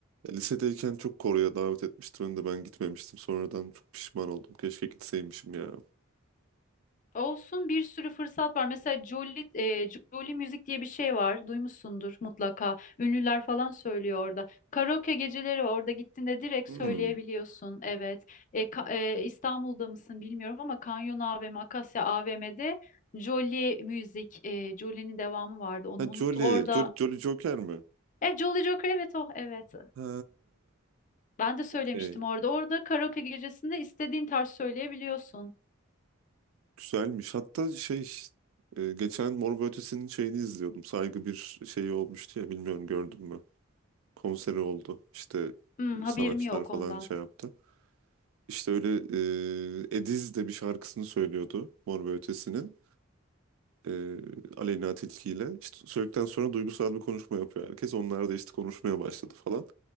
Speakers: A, on the right (about 75°); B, on the left (about 40°).
A: Ya lisedeyken çok Kore'ye davet etmişti beni de ben gitmemiştim. Sonradan çok pişman oldum. Keşke gitseymişim ya.
B: Olsun bir sürü fırsat var. Mesela Jolly, e, Jolly Müzik diye bir şey var. Duymuşsundur mutlaka. Ünlüler falan söylüyor orada. Karaoke geceleri var. Orada gittiğinde direkt
A: Hmm.
B: söyleyebiliyorsun. Evet. E, ka- e, İstanbul'da mısın bilmiyorum ama Kanyon AVM, Akasya AVM'de Jolly Müzik, e, Jolly'nin devamı vardı. Onu
A: Ha
B: unuttum.
A: Jolly.
B: Orada
A: Jo Jolly Joker mi?
B: e, Jolly Joker evet o evet.
A: Ha.
B: Ben de söylemiştim
A: okey.
B: orada. Orada karaoke gecesinde istediğin tarz söyleyebiliyorsun.
A: Güzelmiş. Hatta şey e, geçen Mor ve Ötesi'nin şeyini izliyordum. Saygı bir şeyi olmuştu ya bilmiyorum gördün mü? Konseri oldu. İşte
B: Hmm,
A: e,
B: haberim
A: sanatçılar
B: yok
A: falan
B: ondan.
A: şey yaptı. İşte öyle e, Ediz de bir şarkısını söylüyordu Mor ve Ötesi'nin. e, Aleyna Tilki ile. İşte söyledikten sonra duygusal bir konuşma yapıyor herkes. Onlar da işte konuşmaya başladı falan.